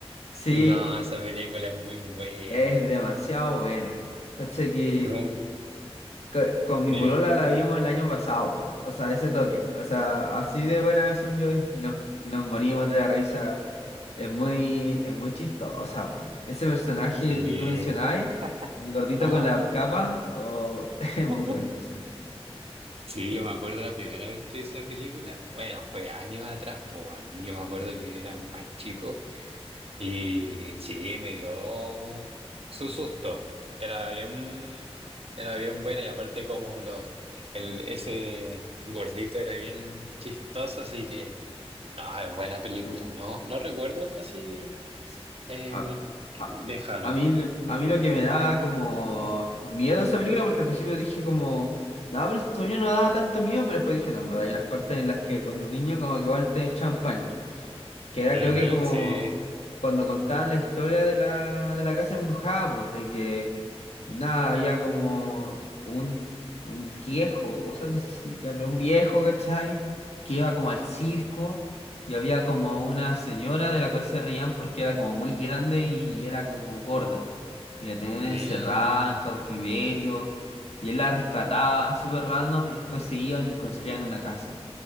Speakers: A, on the left (about 80°); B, on the right (about 65°).
A: sí,
B: No, esa película es muy buena.
A: es demasiado buena. Cacha que
B: Yo me-
A: Co- Con mi
B: Dime.
A: polola la vimos el año pasado, o sea, ese toque, o sea, así de buenas son yo y nos, y nos morimos de la risa. Es muy, es muy chistosa, weón. Ese personaje
B: Sí.
A: que tú mencionabas, el gordito
B: Ajá.
A: con la capa, oh, <laughs> es muy
B: <laughs>
A: bueno el personaje.
B: Sí,
A: Sí,
B: yo me acuerdo la primera vez que esa película, bueno, fue años atrás, pues a mí yo me acuerdo que era más chico y sí, me dio su susto. Era bien, era bien buena y aparte como los, el, ese gordito era bien chistoso, así que, no, es buena película.
A: sí.
B: No, no recuerdo otra así
A: sí.
B: eh,
A: A,
B: que-
A: a,
B: de Halloween.
A: a mí, a mí lo que me da como miedo esa película, porque al principio dije como, no, pero según yo no daba tanto miedo, pero después dije, no, en verdad, hay unas partes en las que cuando niño como que igual te echan pan. Que era
B: Ujú,
A: creo que como
B: sí.
A: cuando contaban la historia de la, de la casa embrujada, pues, de que nada, había como un, un viejo, o sea, no sé si ya había un viejo, ¿cachai? Que iba como al circo y había como una señora de la cual se reían porque era como muy grande y y era como gorda. Y la tenían
B: Mm.
A: encerrada en cautiverio y él la rescataba súper random y después se iban y construían una casa.